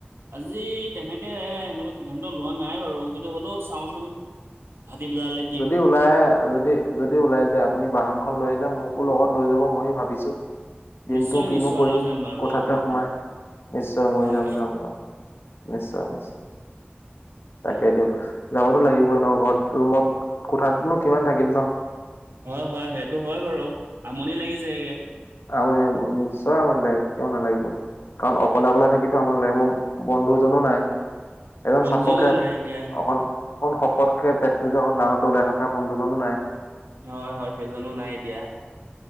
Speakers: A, on the right; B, on the left.
A: আজি তেনেকে এনেকুৱা সিদ্ধান্ত লোৱা নাই বাৰু কিন্তু হ'লও চাওঁচোন ফাটি পেলালে
B: যদি ওলাই আহে যদি যদি ওলাই যায় আপুনি বাহনখন লৈ আহিলে মোকো লগত লৈ যাব ময়ো ভাবিছো দিনটো
A: নিশ্চয়
B: কিনো
A: নিশ্চয়
B: কৰিম
A: লৈ যাম বাৰু
B: কোথাতে
A: লৈ যাম
B: সোমাই
A: আপোনাক
B: নিশ্চয় মই
A: হয়
B: যাম যাম যাম নিশ্চয় নিশ্চয়
A: হয়
B: তাকে দিয়ক যাবতো লাগিবই ন ঘৰত ৰুমত কোঠাতনো কিমান থাকিম ন
A: হয় হয় সেইটো হয় বাৰু আমনি লাগি যায় গে
B: আমনি নিশ্চয় আমনি লাগে কিয় নালাগিব কাৰণ
A: হয়
B: অকলে
A: হয়
B: অকলে থাকিটো আমনি লাগে ম বন্ধুজনো নাই এজন
A: বন্ধুজনো
B: চাপকে
A: নাই এতিয়া
B: অকন অকন শকতকে পেটটো যে অকণ ডাঙৰকে ওলাই থকা বন্ধুজনো নাই
A: হয় হয় সেইজনো নাই এতিয়া